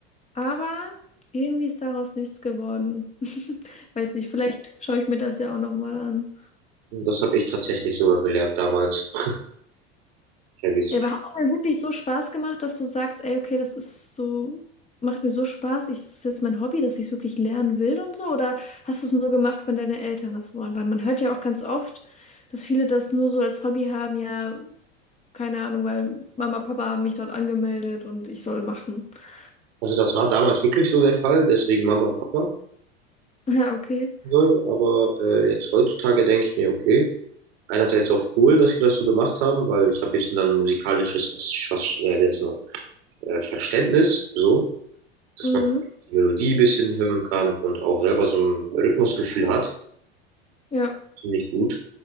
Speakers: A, on the left (about 20°); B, on the right (about 70°).
A: Aber irgendwie ist daraus nichts geworden. <laughs> Weiß nicht, vielleicht schaue ich mir das ja auch nochmal an.
B: Und das habe ich tatsächlich sogar gelernt damals. <laughs> Ja, wie es-
A: Ja, aber hat es denn wirklich so Spaß gemacht, dass du sagst, ey, okay, das ist so, macht mir so Spaß, ich, das ist jetzt mein Hobby, dass ich es wirklich lernen will und so? Oder hast du es nur gemacht, wenn deine Eltern das wollen? Weil man hört ja auch ganz oft, dass viele das nur so als Hobby haben, ja, keine Ahnung, weil Mama, Papa haben mich dort angemeldet und ich soll machen. <laughs>
B: Also das war damals wirklich so der Fall, deswegen Mama und Papa.
A: Ja, okay.
B: Ne? Aber äh, jetzt heutzutage denke ich mir, okay. einerseits auch cool, dass sie das so gemacht haben, weil ich habe ein bisschen dann musikalisches was, was, äh, wie jetzt noch, äh, Verständnis, so, dass
A: Mhm.
B: man die Melodie ein bisschen hören kann und auch selber so ein Rhythmusgefühl hat.
A: Ja,
B: Finde ich gut.